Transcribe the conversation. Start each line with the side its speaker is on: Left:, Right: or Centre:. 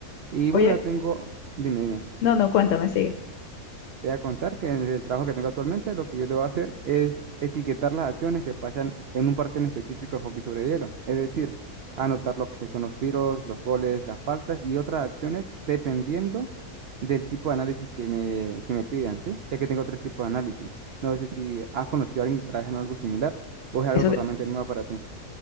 Right: Y bueno,
Left: Oye,
Right: ya tengo, dime, dime.
Left: no, no, cuéntame, sigue.
Right: Te voy a contar que en el trabajo que tengo actualmente, lo que yo debo hacer es etiquetar las acciones que pasan en un partido en específico de hockey sobre hielo. Es decir, anotar lo que son los tiros, los goles, las faltas y otras acciones dependiendo del tipo de análisis que me, que me pidan, ¿sí? Ya que tengo tres tipos de análisis. No sé si has conocido a alguien que trabaja en algo similar o es algo
Left: Eso
Right: totalmente nuevo para ti.